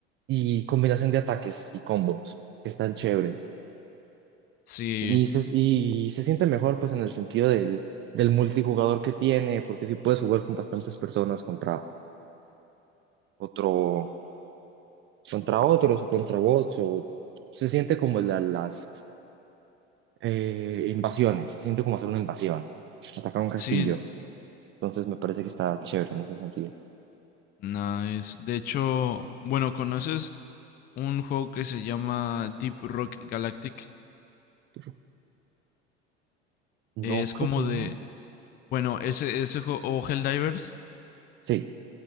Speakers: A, on the right; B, on the left.
A: Y combinación de ataques y combos que están chéveres.
B: Sí,
A: Y se, y se siente mejor, pues, en el sentido del, del multijugador que tiene, porque si puedes jugar con bastantes personas contra otro contra otros o contra bots, o se siente como la- las eh, invasiones, se siente como hacer una invasión, atacar un castillo.
B: sí,
A: Entonces me parece que está chévere en ese sentido.
B: nice. De hecho, bueno, ¿conoces un juego que se llama Deep Rock Galactic?
A: Pero no,
B: Eh, es
A: creo
B: como
A: que no.
B: de... Bueno, ese, ese juego... O Helldivers.
A: Sí,